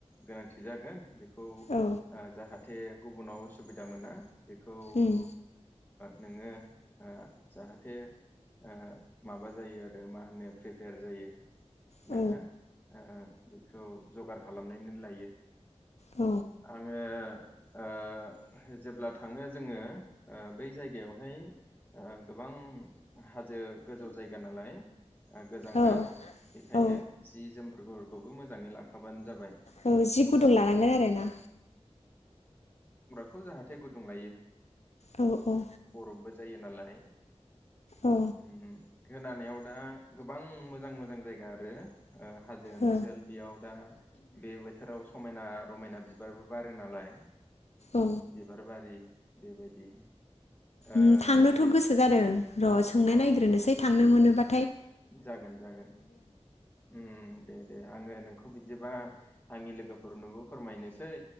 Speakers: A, on the left; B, on the left.
A: गोनांथि जागोन बे खौ ओ
B: औ
A: जाहाथे थे गुबुनाव असुबिदा मोना बेखौ ओ
B: उम
A: नोङो ओ जाहाथे ओ माबा जायो आरो मा होनो प्रिपेयार जायो नोंहा
B: औ
A: ओ बे खौ जगार खालामनानैनो लायो
B: औ
A: आङो ओ जेब्ला थाङो जोङो ओ बै जायगायावहाय ओ गोबां हा जो गोजौ जायगा नालाय ओ गोजांगोन
B: ओ
A: बेखायनो
B: औ
A: जि जोमफोरखौ बो मोजाङै लाखाबानो जाबाय
B: औ जि गुदुं लानांगोन आरो ना
A: खौ जाहाथे गुदुं लायो
B: औ औ
A: ग्रपबो जायो नालाय
B: औ
A: उम खोनानायाव दा गोबां मोजां मोजां जायगा आरो ओ हाजो ओनसोल
B: औ
A: बेयाव दा बे बोथोराव समायना रमायना बिबारबो बारो नालाय
B: औ
A: बिबार बारि बेबायदि ओ
B: उम थांनोथ
A: जुदि
B: गोसो जादों र सोंनाय
A: औ
B: नायग्रोनोसै थांनो मोनोबा
A: जागोन जागोन उम दे दे आङो नोंखौ बिदिबा आंनि लोगोफोरनोबो फोरमायनोसै